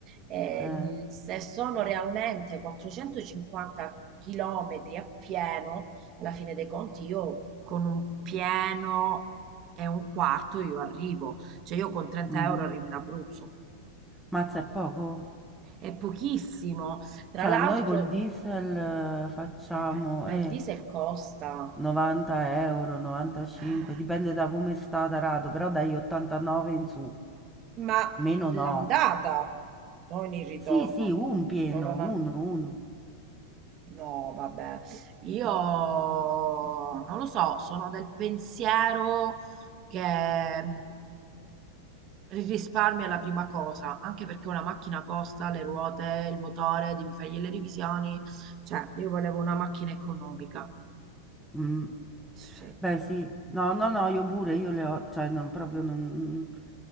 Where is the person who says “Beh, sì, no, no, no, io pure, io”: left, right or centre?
Centre